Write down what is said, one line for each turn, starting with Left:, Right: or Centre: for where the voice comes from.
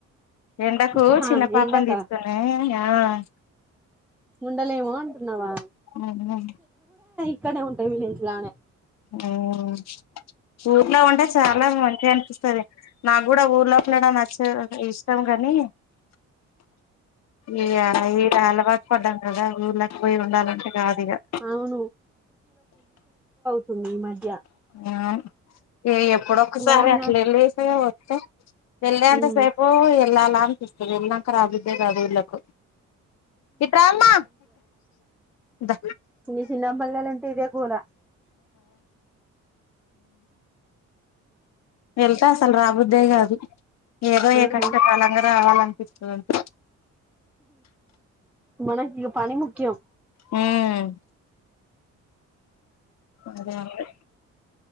Left: ఎండకు
Centre: ఆహా
Left: చిన్న పాపన్
Centre: ఎండక
Left: తీసుకునే ఆహ్
Centre: ఉండలేమో అంటున్నావా
Left: ఉహ్ హు
Centre: ఇక్కడనే ఉంటాయి. విలేజ్ లానే
Left: ఉహ్ ఊర్లో ఉంటే చాలా మంచిగా అనిపిస్తది. నాకు గూడా ఊర్ లోపల నుడం నచ్చదు. ఇష్టం కాని ఈ అలవాటు పడ్డాం కదా. ఊర్లోకి పోయి ఉండాలంటే కాదు ఇగా
Centre: అవును తుంది ఈ మధ్య
Left: ఆహ్ ఇగ ఎప్పుడొ ఒకసారి
Centre: వాహన
Left: అట్ల వెళ్ళస్తే ఈ టే ఎళ్ల్ అంత
Centre: ఉమ్
Left: సేపు ఎల్లారా అనిపిస్తది. నాక్ రాబుద్దే కాదు వుళ్ళకు ఇట్ర అమ్మా ద
Centre: ఈ చిన్నబల్లలుంటే ఇదే గోల
Left: వెళ్తా అసలు రాబోద్దే కాదు. ఏదో ఏ
Centre: ఆహా
Left: కష్టకాలంగా రావాల పిస్తుంది
Centre: మనకి ఇగ పని ముఖ్యం.
Left: ఉహ్ అదే అలవై